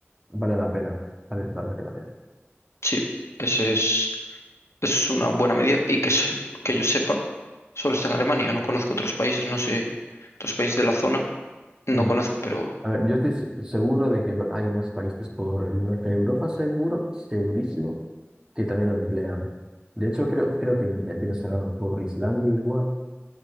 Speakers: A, on the right; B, on the left.
A: vale la pena. Vale totalmente la pena.
B: sí, ese es, eso es una buena medida y que, se- que yo sepa, solo está en Alemania, no conozco otros países, no sé, otros países de la zona, no
A: Mm.
B: conozco, pero
A: A ver, yo estoy se- seguro de que va- hay más países por el norte de Europa, seguro, segurísimo, que también lo emplean. De hecho, creo, creo que me tiene sonado por Islandia igual.